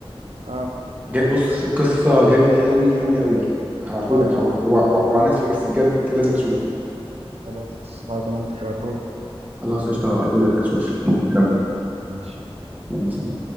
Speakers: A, on the right; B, on the right.
A: اه
B: جا- بص قصه جامده قوي قوي قوي هبعتهولك
A: خلاص
B: هو هو هو هو على نتفليكس بجد لازم تشوفه
A: خلاص ضمنت تبعتهولي
B: خلاص قشطه هبعتهولك تشوف يلا
A: ماشي
B: يلا سلام